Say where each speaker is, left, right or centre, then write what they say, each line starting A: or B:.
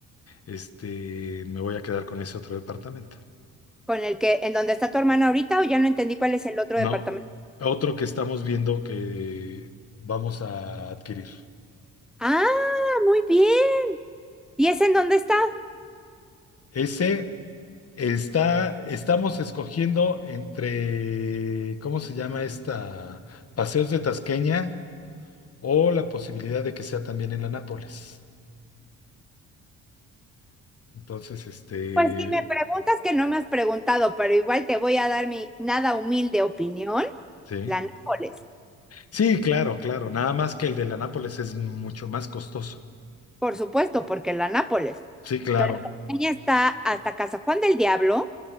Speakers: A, on the left (about 50°); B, in the centre.
A: este, me voy a quedar con ese otro departamento.
B: ¿Con el que, en donde está tu hermana ahorita o ya no entendí cuál es el otro
A: No,
B: departamento?
A: otro que estamos viendo que vamos a adquirir.
B: Ah, muy bien. ¿Y ese en dónde está?
A: Ese está, estamos escogiendo entre, ¿cómo se llama esta? Paseos de Tasqueña o la posibilidad de que sea también en la Nápoles. Entonces, este,
B: Pues si me preguntas que no me has preguntado, pero igual te voy a dar mi nada humilde opinión.
A: sí.
B: La Nápoles,
A: Sí, claro, claro. Nada más que el de la Nápoles es mucho más costoso.
B: por supuesto, porque la Nápoles.
A: Sí, claro.
B: Pero la niña está hasta Casa Juan del Diablo